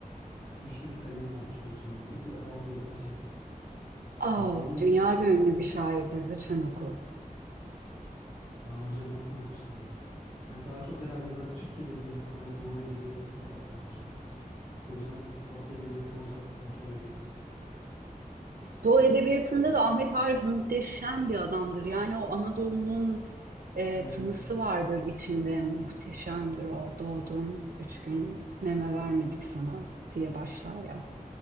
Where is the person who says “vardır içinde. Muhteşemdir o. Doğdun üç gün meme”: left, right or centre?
Right